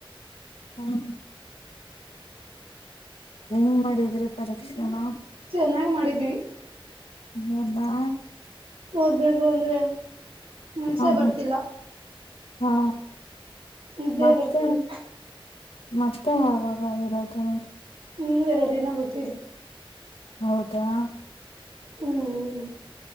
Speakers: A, on the left; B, on the right.
A: ಹ್ಮ. ಹೆಂಗ ಮಾಡಿದ್ರಿ ಪರೀಕ್ಷೆನ.
B: ಚೆನ್ನಾಗ್ ಮಾಡಿದ್ವಿ.
A: ಹೌದಾ.
B: ಓದ್ಬೇಕು ಅಂದ್ರೆ ಮನ್ಸೆ
A: ಹಾ ಹಾ
B: ಬರ್ತಿಲ್ಲ.
A: ಹಾ
B: ನಿದ್ದೆ
A: ಮತ್ತೆ
B: ಬರ್ತಿದೆ.
A: ಮತ್ತೆ ಯಾವಾಗ ಇರೋದು.
B: ಇನ್ನು ಎರಡು ದಿನ. ಹುಟ್ಟಿದ್ದು
A: ಹೌದಾ
B: ಹ್ಮ್್ಮ